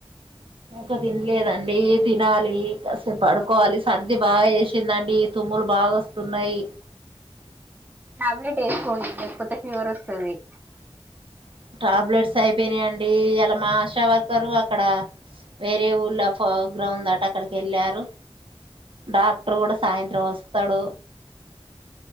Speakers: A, on the right; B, on the right.
A: ఇంకా తినలేదండి తినాలి కాసం పడుకోవాలి సర్ది బాగా వేసిందండి తుమ్ములు బాగా వస్తున్నాయి
B: టాబ్లెట్ వేసుకోండి లేకపోతే ఫీవర్ వస్తుంది
A: టాబ్లెట్స్ అయిపోయినాయంండి ఇలా మా ఆశా వర్కరు అక్కడ వేరే ఊళ్ళ ఫో గ్రౌండ్ అట అక్కడికి వెళ్ళారు డాక్టర్ కూడా సాయంత్రం వస్తాడు